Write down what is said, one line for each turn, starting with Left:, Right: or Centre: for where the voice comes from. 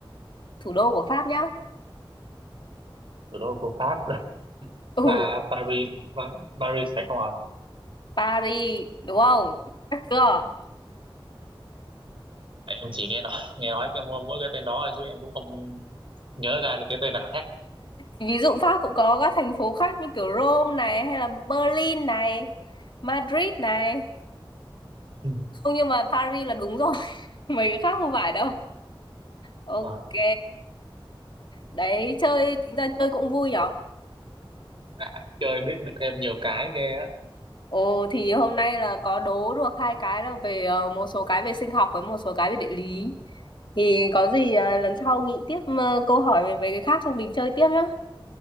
Left: Thủ đô của Pháp nhá.
Right: thủ đô của Pháp <laughs> là
Left: Ừ,
Right: Ba Paris ba, Paris phải không ạ?
Left: Paris, đúng không? Chắc chưa?
Right: À? Em chỉ nghe nói nghe nói cái mỗi mỗi cái tên đó thôi chứ em cũng không nhớ ra được cái tên nào khác.
Left: Ví dụ Pháp cũng có các thành phố khác như kiểu Rome này hay là Berlin này, Madrid này.
Right: Ừ.
Left: Không nhưng mà Paris là đúng rồi, <laughs> mấy cái khác không phải đâu.
Right: Dạ.
Left: Ok,
Right: Vâng.
Left: đấy chơi tính ra chơi cũng vui nhở?
Right: Dạ, chơi biết được thêm nhiều cái ghê á.
Left: Ồ thì hôm nay là có đố được hai cái là về ờ, một số cái về sinh học với một số cái về địa lý. Thì có gì ờ, lần sau nghĩ tiếp ờ, câu hỏi về mấy cái khác xong mình chơi tiếp nhá.